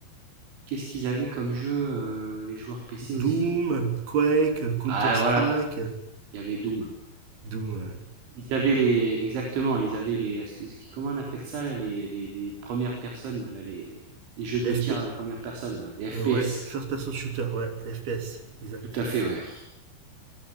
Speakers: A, on the right; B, on the right.
A: Qu'est-ce qu'ils avaient comme jeu, euh, les joueurs PC
B: Doom,
A: aussi?
B: Quake, euh, Counter-Strike,
A: Ah voilà,
B: euh,
A: il y avait Doom.
B: Doom, ouais.
A: Ils avaient les exactement, ils avaient les ce qui- ce qui- comment on appelle ça là, les, les- les premières personnes là, les, les- les jeux
B: Les
A: de tir
B: FP...
A: à la première personne, ouais, les FPS.
B: euh, ouais, First Person Shooter, ouais, les FPS, exact.
A: Tout à fait, ouais.